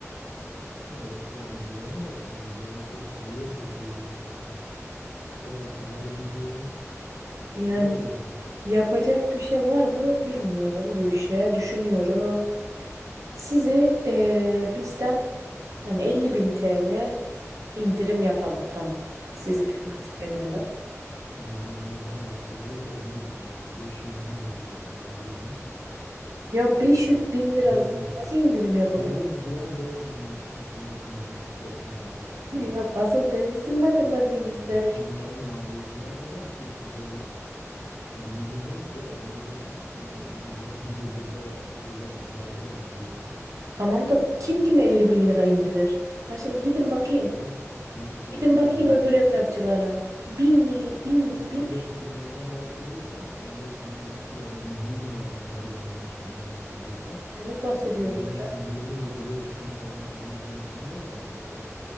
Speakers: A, on the left; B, on the right.
A: Evet yani güven de şimdi güveni çok pahalıya satıyoruz yani. O kadar pahalı bir güven
B: Yani
A: yok yani.
B: yapacak bir şey var mı bilmiyorum bu işe. Düşünüyorum. Sizi eee, bizden hani 50 bin TL indirim yapalım. Tamam. Hadi
A: Oo,
B: sizi kırmak istemiyorum.
A: 50 bin. Milyonlardan bahsediyoruz. 50 bin yani. beş yüz bin de değil yani 50 bin.
B: Ya
A: Ee,
B: 500 bin lira
A: bir an,
B: nasıl indirim yapabilirim?
A: bir an, bir an ben sizin matematiğinizden şüphe etmeye başladım
B: Ya
A: ha.
B: asıl ben sizin matematiğinizde.
A: Yani şimdi bunların maliyeti ne kadar ki siz böyle 50 bin ne ki ya 50 bin e, millet bir gecede şeyde ha- barda harcıyor ya.
B: Tamam da
A: Evet.
B: kim kime 50 bin lira indirir? Ha şimdi gidin bakayım.
A: Evet, her ki- şimdi
B: Gidin bakayım
A: bu
B: öbür emlakçılara.
A: e,
B: Bin mil, bin,
A: şimdi 15
B: bin
A: milyondan bahsediyorsak 15 milyonluk yani milyonla ifade edilen bir şeyden bahsediyorsak
B: TL'den bahsediyoruz
A: şimdi bunun
B: hocam.
A: indirimi öyle 5 bin falan 50 bin o ne yani öyle